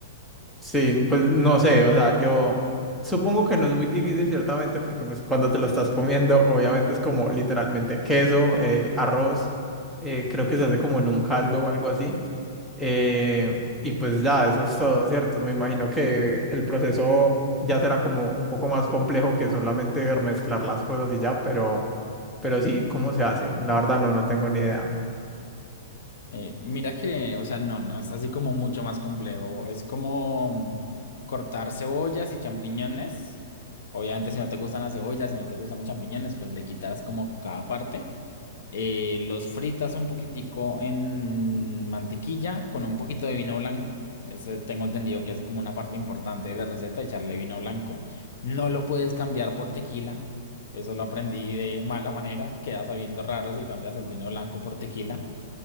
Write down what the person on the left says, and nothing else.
Eh, mira que, o sea, no, no, es así como mucho más complejo. Es como mm, cortar cebollas y champiñones. Obviamente, si no te gustan las cebollas, si no te gustan los champiñones, pues le quitarás como cada parte. Eh, los fritas un poquitico en mantequilla con un poquito de vino blanco. Ese tengo entendido que es como una parte importante de la receta, echarle vino blanco. No lo puedes cambiar por tequila. Eso lo aprendí de mala manera. Queda sabiendo raro si cambias el vino blanco por tequila.